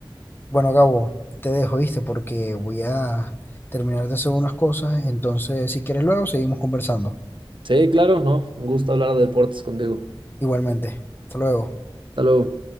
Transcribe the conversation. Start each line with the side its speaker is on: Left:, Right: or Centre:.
Left: Bueno, Gabo, te dejo, ¿viste? Porque voy a terminar de hacer unas cosas, entonces si quieres luego seguimos conversando.
Right: Sí, claro, no, un gusto hablar de deportes contigo.
Left: Igualmente, hasta luego.
Right: Hasta luego.